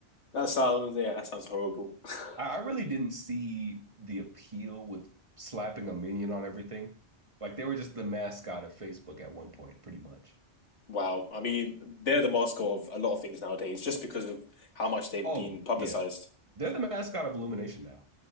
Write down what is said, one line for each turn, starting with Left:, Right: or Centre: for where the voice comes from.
Left: that sounds yeah, that sounds horrible. <laughs>
Right: I, I really didn't see the appeal with slapping a minion on everything. Like they were just the mascot of Facebook at one point, pretty much.
Left: Wow. I mean, they're the mascot of a lot of things nowadays just because of how much they've
Right: Oh,
Left: been publicized.
Right: yeah. They're the mascot of Illumination now.